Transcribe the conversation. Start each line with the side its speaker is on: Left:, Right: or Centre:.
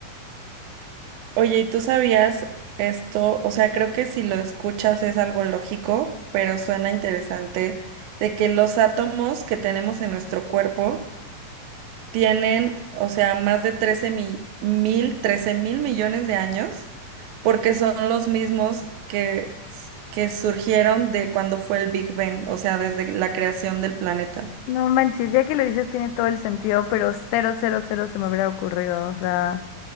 Right: Oye, ¿y tú sabías esto? O sea, creo que si lo escuchas es algo lógico, pero suena interesante, de que los átomos que tenemos en nuestro cuerpo tienen, o sea, más de trece mi- mil, trece mil millones de años, porque son los mismos que, que surgieron de cuando fue el Big Bang, o sea, desde la creación del planeta.
Left: No manches, ya que lo dices tiene todo el sentido, pero cero, cero, cero se me hubiera ocurrido. O sea,